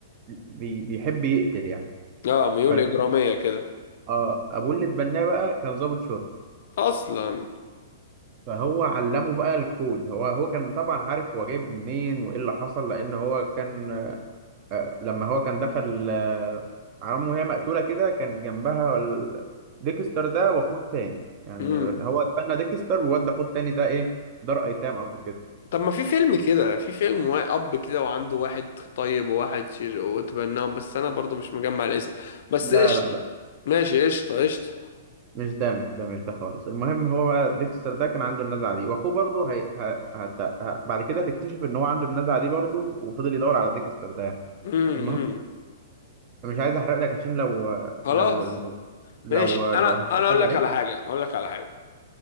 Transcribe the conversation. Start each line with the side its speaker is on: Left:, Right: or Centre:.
Right: بي بيحب يقتل يعني
Left: اه ميول
Right: فالمهم
Left: اجرامية كده
Right: اه ابوه اللي اتبناه بقى كان ضابط شرطه
Left: اصلا
Right: فهو علمه بقى الكود هو هو كان طبعا عارف هو جايبه منين وايه اللي حصل لان هو كان آه لما هو كان دخل آه على امه وهي مقتوله كده كان جنبها ال- ديكستر ده واخوه التاني يعني
Left: مم.
Right: هو اتبنى ديكستر وودى اخوه التاني ده ايه دار ايتام او كده
Left: طب ما في فيلم كده في فيلم وا- اب كده وعنده واحد طيب وواحد شر وتبناهم بس انا برضو مش مجمع الاسم بس
Right: لا
Left: قشطه
Right: لا لا
Left: ماشي قشطه قشطه
Right: مش ده مش ده مش ده خالص المهم هو بقى ديكستر ده كان عنده النزعه دي واخوه برضه هي... ه... هت... ه... بعد كده تكتشف ان هو عنده النزعه دي برضه وفضل يدور على ديكستر ده يعني.
Left: امم
Right: المهم
Left: امم.
Right: مش عايز احرق لك عشان لو
Left: خلاص
Right: لو لو لو,
Left: ماشي انا
Right: لو هتتفرج
Left: انا اقول لك
Right: عليه
Left: على حاجه اقول لك على حاجه